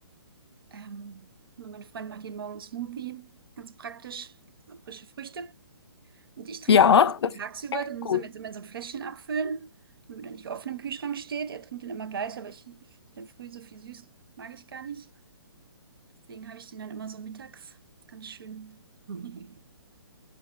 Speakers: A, on the right (about 60°); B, on the left (about 80°).
A: Ähm, mein Freund macht jeden Morgen einen Smoothie. Ganz praktisch. Frische Früchte. Und ich trinke
B: ja,
A: den so
B: das
A: tagsüber.
B: klingt
A: Den
B: gut.
A: muss er mir jetzt immer in so ein Fläschchen abfüllen, damit er nicht offen im Kühlschrank steht. Er trinkt den immer gleich, aber ich, in der Früh so viel süß mag ich gar nicht. Deswegen habe ich den dann immer so mittags. Ganz schön. <laughs>